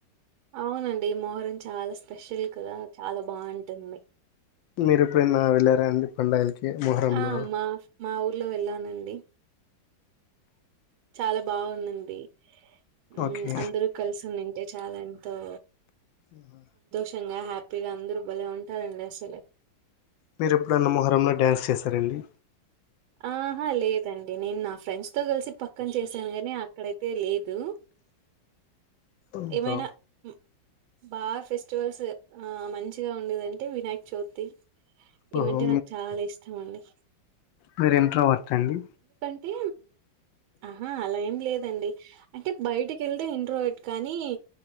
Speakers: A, on the right; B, on the left.
A: అవునండి మోహరం చాలా స్పెషల్ కదా చాలా బావుంటుంది.
B: మీరు ఎప్పుడైనా వెళ్ళారాండి పండగలకి మొహరంలో?
A: ఆ! మా మా ఊర్లో వెళ్ళానండి చాలా బావుందండి ఉ
B: ఓకే
A: అందరూ కలిసినుంటే టాలెంట్తో
B: ఆహ
A: టంగా హ్యాపీగా అందరు బలే ఉంటారండి అసలు
B: మీరు ఎప్పుడన్న మొహరంలో డ్యాన్స్ చేశారండి?
A: ఆహా లేదండి నేను నా ఫ్రెండ్స్ తో కలిసి పక్కన చేశాను గాని అక్కడయితే లే హలో
B: ఓహో
A: ఏమైనా ఉ బాగా ఫెస్టివల్స్ ఆ మంచిగా ఉండేదంటే వినాయక చవితి
B: ఓహో
A: ఇవంటే నాకు చాలా ఇష్టం అండి.
B: మీరు ఇంట్లో వతండి
A: అంటే ఆహా అలా ఏం లేదండి అంటే బయటికి అంటే ఇంట్రోవెట్ కానీ